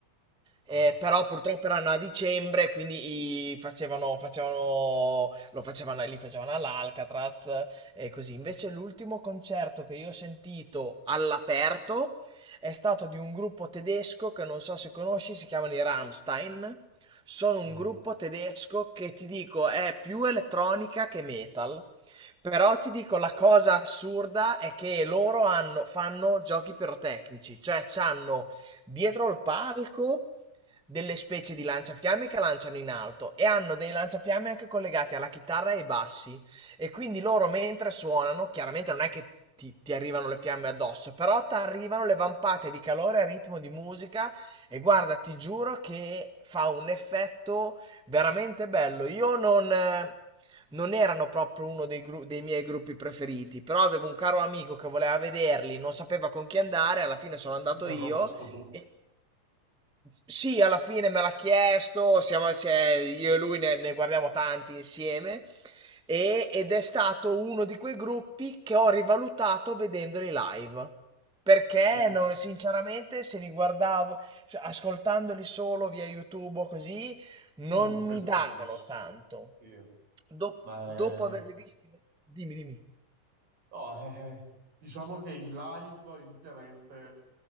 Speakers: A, on the right; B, in the centre.
A: Ah,
B: Eh, però
A: sì.
B: purtroppo erano a dicembre, quindi i- facevano, facevano, lo facevano, li facevano all'Alcatraz e così. Invece l'ultimo concerto che io ho sentito all'aperto è stato di un gruppo tedesco che non so se conosci, si chiamano i Rammstein. Sono
A: No,
B: un gruppo tedesco che ti dico è più elettronica che metal. Però ti dico la cosa assurda è che loro hanno- fanno giochi pirotecnici, cioè c'hanno dietro il palco delle specie di lanciafiamme che lanciano in alto e hanno dei lanciafiamme anche collegati alla chitarra e ai bassi e quindi loro mentre suonano, chiaramente non è che ti, ti arrivano le fiamme addosso, però ti arrivano le vampate di calore a ritmo di musica e guarda, ti giuro che fa un effetto veramente bello. Io non... eh, non erano proprio uno dei, gru- dei miei gruppi preferiti, però avevo un caro amico che voleva vederli, non sapeva con chi andare, alla fine sono andato
A: ti sei
B: io
A: proposto tu
B: e, sì, alla fine me l'ha chiesto, siamo, cioè, io e lui ne, ne guardiamo tanti insieme e- ed è stato uno di quei gruppi che ho rivalutato vedendoli live. Perché
A: e
B: non- sinceramente se li guardavo, se- ascoltandoli solo via YouTube o così, non
A: non percepisci.
B: mi davano tanto.
A: Sì,
B: Do-
A: ma
B: dopo averli
A: è...
B: visti, dimmi, dimmi.
A: no, è- diciamo che il live indubbiamente